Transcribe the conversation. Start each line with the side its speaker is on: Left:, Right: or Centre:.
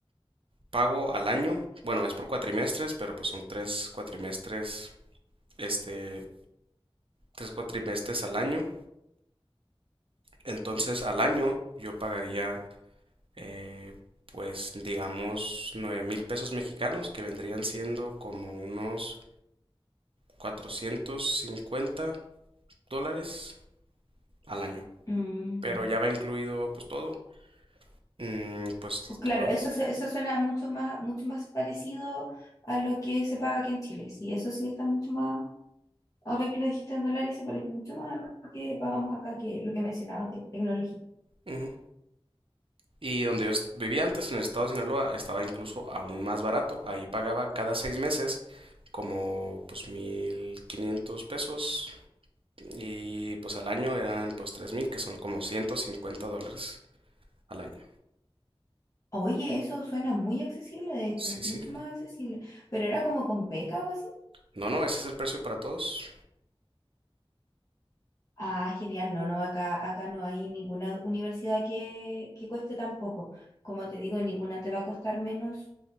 Right: pago al año. Bueno, es por cuatrimestres, pero pues son tres cuatrimestres, este, tres cuatrimestres al año. Entonces al año yo pagaría, eh, pues digamos, nueve mil pesos mexicanos, que vendrían siendo como unos 450 dólares al año.
Left: Mm,
Right: Pero ya va incluido pues todo. Mm, pues
Left: pues Claro,
Right: todo.
Left: eso, se- eso suena mucho más, mucho más parecido a lo que se paga aquí en Chile. Sí, eso sí está mucho más Ahora que lo dijiste en dólares, se parece mucho más a lo que pagamos acá que lo que mencionabas de tecnología.
Right: ujú. Y donde yo est- vivía antes, en el estado de Sinaloa, estaba incluso aún más barato. Ahí pagaba cada seis meses como pues 1.500 pesos y pues al año eran pues tres mil que son como 150 dólares al año.
Left: Oye, eso suena muy accesible, de hecho,
Right: Sí,
Left: mucho
Right: sí.
Left: más accesible. Pero era como con beca o así.
Right: No, no, ese es el precio para todos.
Left: Ah, genial, no, no, acá, acá no hay ninguna universidad que, que cueste tan poco. Como te digo, ninguna te va a costar menos